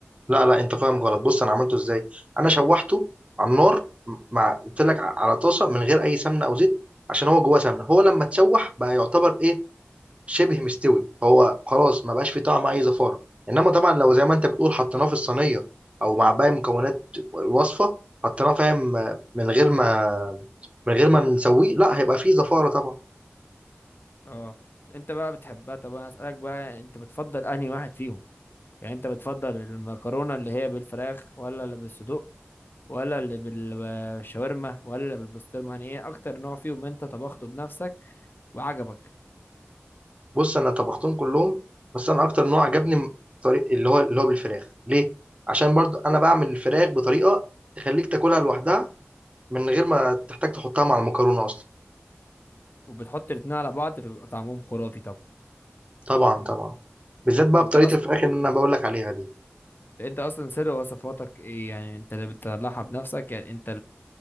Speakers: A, on the right (about 30°); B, on the left (about 50°).
A: لا لا انت فاهم غلط بص انا عملته ازاي انا شوحته على النار مع قلت لك على طاسه من غير اي سمنه او زيت عشان هو جواه سمنه هو لما تشوح بقى يعتبر ايه شبه مستوي هو خلاص ما بقاش فيه طعم اي زفاره انما طبعا لو زي ما انت بتقول حطيناه في الصينيه او مع باقي مكونات الوصفه حطيناه فاهم آه، من غير ما من غير ما نسويه لا هيبقى فيه زفاره طبعا
B: اه انت بقى بتحبها طب انا اسالك بقى انت بتفضل انهي واحد فيهم يعني انت بتفضل المكرونه اللي هي بالفراخ ولا اللي بالصدوق ولا اللي بالشاورما ولا اللي بالبسطرمه يعني ايه اكتر نوع فيهم انت طبخته بنفسك وعجبك
A: بص انا طبختهم كلهم بس انا اكتر نوع عجبني طريق اللي هو اللي هو بالفراخ ليه عشان برضو انا بعمل الفراخ بطريقه تخليك تاكلها لوحدها من غير ما تحتاج تحطها مع المكرونه اصلا
B: وبتحط الاتنين على بعض فبيبقى طعمهم خرافي طب
A: طبعا طبعا بالذات بقى
B: انت
A: بطريقه
B: اصلا
A: الفراخ اللي انا بقول لك عليها دي
B: انت اصلا سر وصفاتك ايه يعني انت اللي بتطلعها بنفسك يعني انت